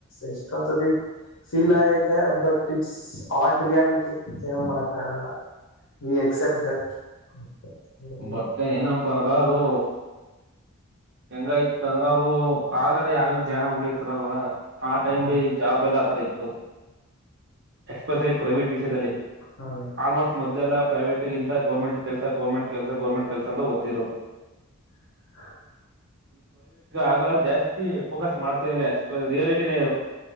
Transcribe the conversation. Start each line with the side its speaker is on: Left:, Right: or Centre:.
Left: ಯೆಸ್ತೊಂದ್ ಸಲ ಫೀಲ್ ಆಗಿದೇ ಆದರೆ ಹಾರ್ಡ್ ರಿಯಾಲಿಟಿ ಚೆನ್ನಾಗಿ ಮಾಡಕ್ಕಾಗಲ್ಲ ಈ ಎಕ್ಸೆಪ್ಟ್ ದಟ್ ಹ್ಮ್
Right: ಬಟ್ ಏನಪ್ಪಾ ಅಂದ್ರೆ ಹಾಂ ಅದು ಹೆಂಗಾಯ್ತು ಅಂದ್ರೆ ಅದು ಆಲ್ರೆಡಿ ಜಾನಾ ಹೂ ಡಿರುತ್ತಾರಲ್ಲ ಆ ಟೈಮಲ್ಲಿ
Left: ಹ್ಮ್
Right: ಜಾಬ್ ಅಲ್ಲ ಆತರ ಇತ್ತು ಎಸ್ಪ್ರೆಶಲಿ ಪ್ರವೇಟ್ ವಿಷಯದಲ್ಲಿ
Left: ಹ್ಮ್
Right: ಆಲ್ಮೋಸ್ಟ್ ಮೊದಲೆಲ್ಲ ಪ್ರವೇಟಿಗಿಂತ ಗೋರ್ಮೆಂಟ್ ಕೆಲಸ ಅಂತ ಗೋರ್ಮೆಂಟ್ ಗೋರ್ಮೆಂಟ್ ಅಂತ ಓತ್ತಿದ್ರು
Left: <inaudible>
Right: ಆಗ ಜಾಸ್ತಿ ಫೋಕಸ್ ಮಾಡುತ್ತಿಲ್ಲ ರಿಯಾಲಿಟಿನೆ ಇದು